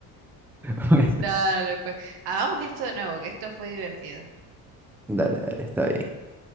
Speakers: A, in the centre; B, on the right.
A: <laughs>
B: Dale, pues. Hagamos esto de nuevo, que esto fue divertido.
A: Bueno, dale, dale, está bien.